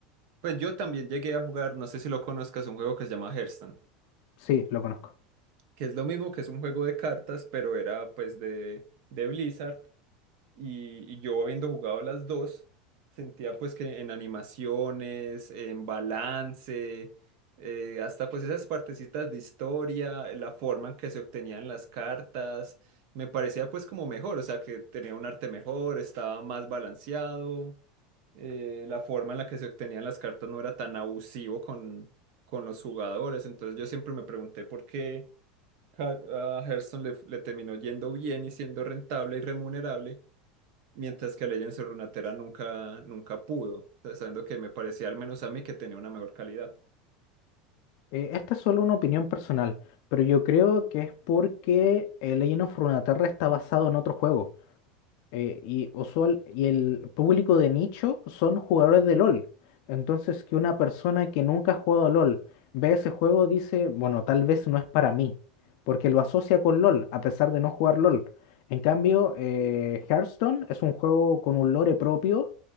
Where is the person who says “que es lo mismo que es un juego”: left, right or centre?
Right